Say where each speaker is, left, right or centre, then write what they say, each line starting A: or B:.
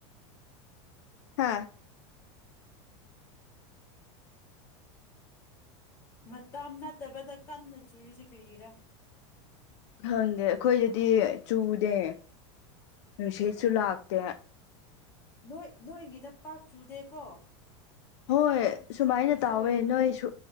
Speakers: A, on the left; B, on the left.
A: ꯍꯥꯥ
B: ꯃꯇꯝ ꯅꯠꯇꯕꯗ ꯀꯟꯅ ꯆꯨꯔꯤꯁꯤ ꯀꯩꯒꯤꯔꯥ
A: ꯈꯪꯗꯦ ꯑꯩꯈꯣꯏꯗꯗꯤ ꯆꯨꯗꯦ ꯅꯨꯡꯁꯤꯠꯁꯨ ꯂꯥꯛꯇꯦ
B: ꯅꯣꯏ ꯅꯣꯏꯒꯤꯗ ꯄꯥꯛ ꯆꯨꯗꯦꯀꯣ ꯑꯩꯈꯣꯏꯗ
A: ꯍꯣꯏ ꯁꯨꯃꯥꯏꯅ
B: ꯆꯨꯔꯁꯨ
A: ꯇꯥꯎꯋꯦ ꯅꯣꯏꯁꯨ